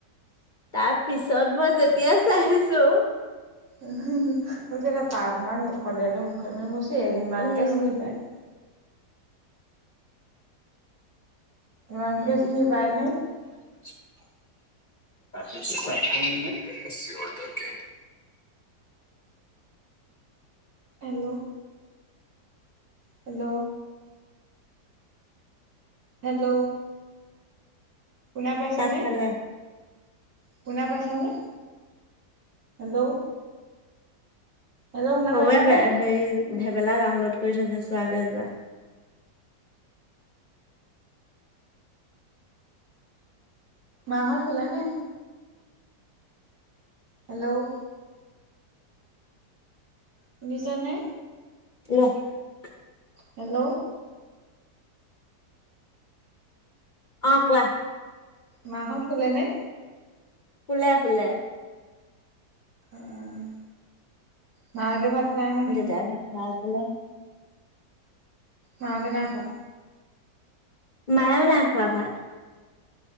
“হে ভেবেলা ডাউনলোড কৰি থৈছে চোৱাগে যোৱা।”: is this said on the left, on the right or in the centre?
Left